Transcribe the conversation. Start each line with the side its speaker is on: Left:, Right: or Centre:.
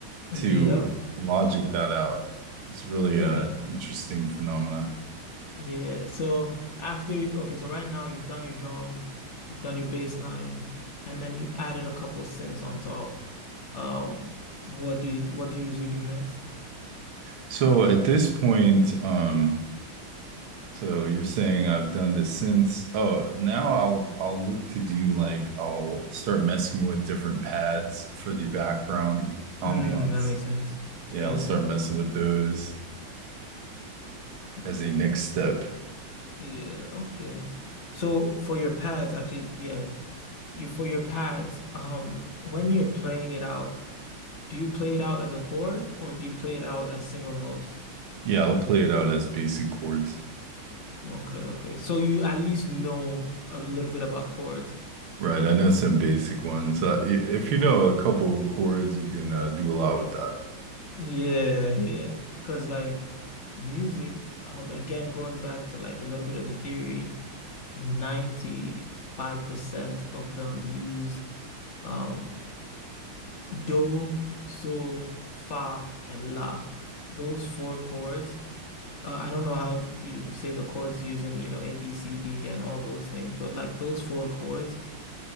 Left: Yep.
Right: to logic that out. It's really
Left: <laughs>
Right: a interesting phenomena.
Left: Yeah. So after, okay, so right now you've done your drums, you've done your bass line, and then you've added a couple synths on top. Um, what do you what do you usually do next?
Right: So at this point, um, so you're saying I've done this since. Oh, now I'll I'll look to do like I'll start messing with different pads for the background ambiance.
Left: Mm, that makes sense.
Right: Yeah,
Left: Yeah.
Right: I'll start messing with those
Left: <laughs>
Right: as a next
Left: Hmm.
Right: step.
Left: Yeah, okay. So for your pads, actually, yeah, you for your pads, um, when you're playing it out, do you play it out as a chord or do you play it out as single notes?
Right: Yeah, I'll play it out as basic chords.
Left: Okay, okay. So you at least know a little bit about chords.
Right: Right, I know some basic ones. Uh, i- if you know a couple chords, you can uh, do a lot with that.
Left: Yeah, yeah. Because like music, um, again, going back to like a little bit of the theory, 95% of them use um do, so, fa, and la. Those four chords. Uh, I don't know how you say the chords using, you know, A, B, C, D, and all those things, but like those four chords,